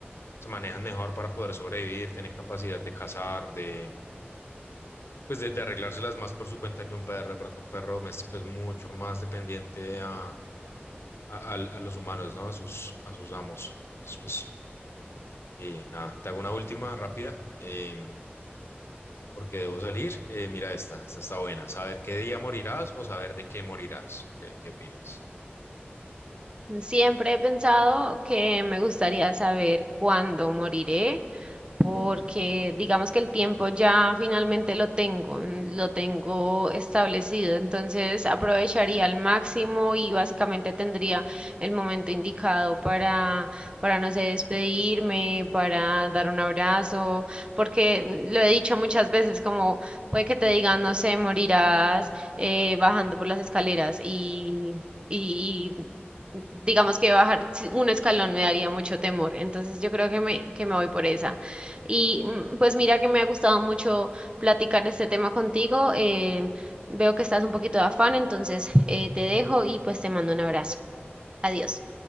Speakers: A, on the left (about 90°); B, on the right (about 25°).
A: se manejan mejor para poder sobrevivir, tienen capacidad de cazar, de, pues de, de arreglárselas más por su cuenta que un perro. De pronto, un perro doméstico es mucho más dependiente a, a, al- a los humanos, ¿no? A sus, a sus amos. Entonces, pues... Y nada, te hago una última rápida, em, porque debo salir. Eh, mira esta, esta está buena. Saber qué día morirás o saber de qué morirás. ¿Qué, qué opinas?
B: Siempre he pensado que me gustaría saber cuándo moriré porque digamos que el tiempo ya finalmente lo tengo, en- lo tengo establecido, entonces aprovecharía al máximo y básicamente tendría el momento indicado para, para, no sé, despedirme, para dar un abrazo, porque mm, lo he dicho muchas veces, como puede que te digan, no sé, morirás eh, bajando por las escaleras y... y y digamos que bajar si- un escalón me daría mucho temor, entonces yo creo que me, que me voy por esa. Y mm, pues mira que me ha gustado mucho platicar este tema contigo. eh, veo que estás un poquito de afán, entonces eh, te dejo y pues te mando un abrazo. Adiós.